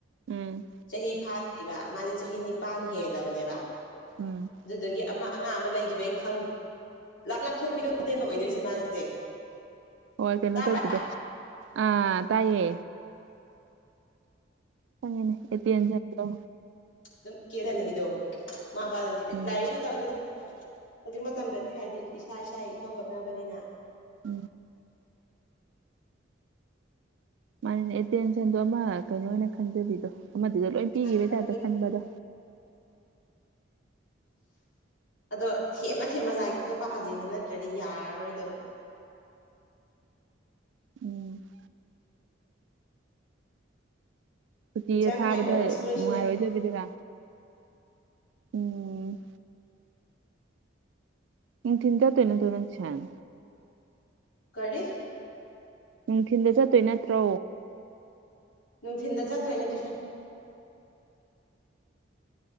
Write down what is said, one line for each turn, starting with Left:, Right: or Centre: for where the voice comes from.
Right: ꯎꯝ
Left: ꯆꯍꯤꯥ ꯐꯥ ꯃꯥꯗꯤ ꯆꯍꯤ ꯅꯤꯄꯥꯟ ꯍꯦꯜꯂꯕꯅꯦꯕ
Right: ꯎꯝ
Left: ꯑꯗꯨꯗꯒꯤ ꯑꯃ ꯑꯉꯥꯡ ꯑꯃ ꯂꯩꯈꯤꯕꯩ ꯈꯪ ꯂꯥꯞ ꯂꯥꯞꯊꯣꯛꯄꯤꯗꯣ ꯅꯦꯝꯕ ꯑꯣꯏꯗꯣꯏꯁ ꯃꯥꯁꯦ
Right: ꯍꯣꯏ ꯀꯩꯅꯣ
Left: ꯇꯥꯕ꯭ꯔꯥ
Right: ꯇꯧꯕꯤꯗꯣ ꯑꯥ ꯇꯥꯏꯌꯦ ꯐꯪꯉꯦꯅꯦ ꯑꯦ ꯄꯟꯁꯂꯣ
Left: ꯑꯗꯨꯝ ꯀꯦꯍꯅꯤꯡꯉꯤꯗꯣ ꯃꯥꯄꯥꯥ ꯅꯗꯤ
Right: ꯎꯝ
Left: ꯂꯥꯏꯔꯤꯁꯨ ꯇꯧꯔꯗꯤ ꯍꯧꯖꯤꯛ ꯃꯇꯝꯗꯗꯤ ꯍꯥꯏꯗꯤ ꯏꯁꯥ ꯏꯁꯥꯒꯤ ꯏꯊꯧ ꯍꯣꯠꯅꯕꯅꯤꯅ
Right: <inaudible> ꯃꯥꯅꯅꯦ ꯑꯦꯇꯦꯟꯁꯟꯗꯣ ꯑꯃ ꯀꯩꯅꯣ ꯑꯣꯏꯅ ꯈꯟꯖꯕꯤꯗꯣ ꯑꯃꯗꯨꯗ ꯂꯣꯏ ꯄꯤꯈꯤꯕꯩ
Left: ꯈꯔ
Right: ꯇꯥꯏꯞꯇ
Left: ꯀꯦꯔꯦ
Right: ꯈꯟꯕꯗꯣ
Left: ꯑꯗꯣ ꯊꯦꯝꯃ ꯊꯦꯝꯃ ꯂꯥꯏꯔꯤꯛꯇꯣ ꯄꯥꯍꯜꯂꯤꯅꯦ ꯅꯠꯇ꯭ꯔꯗꯤ ꯌꯥꯔꯔꯣꯏꯗꯕ
Right: <unintelligible> ꯁꯨꯇꯤꯗ
Left: ꯏꯟꯖꯥꯡ
Right: ꯊꯥꯕꯗ
Left: ꯍꯥꯏꯕ ꯑꯃꯁꯨ ꯂꯣꯏꯁꯤꯜꯂꯛꯑꯦ
Right: ꯅꯨꯡꯉꯥꯏꯔꯣꯏꯗꯣꯏꯕꯤꯗꯨꯔꯥ ꯎꯝ ꯅꯨꯡꯊꯤꯟ ꯆꯠꯇꯣꯏ ꯅꯠꯠꯔꯣ ꯅꯪ ꯇꯨꯏꯁꯟ
Left: ꯀꯔꯤ
Right: ꯅꯨꯡꯊꯤꯟꯗ ꯆꯠꯇꯣꯏ ꯅꯠꯇ꯭ꯔꯣ
Left: ꯅꯨꯡꯊꯤꯟꯗ ꯆ ꯇꯣꯏꯅꯦ ꯇꯨꯁꯟ